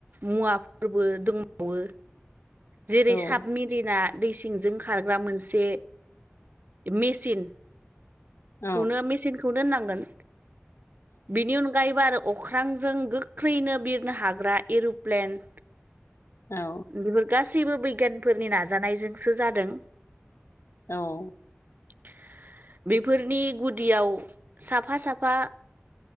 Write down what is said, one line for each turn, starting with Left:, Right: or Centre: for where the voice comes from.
Right: मुवाफोरबो दं बावो जेरै साबमेरिना
Left: औ
Right: दै सिंजों खारग्रा मोन से मेचिनखौनो
Left: औ
Right: मेचिन खौनो होननांगोन बेनि अनगायैबो आरो अख्रांजों गोख्रैनो बिरनो हाग्रा एर'प्लेन
Left: औ
Right: बेफोर गासैबो बिगियानफोरनि नाजानायजोंसो जादों
Left: औ
Right: <inaudible> बेफोरनि गुदियाव साफा साफा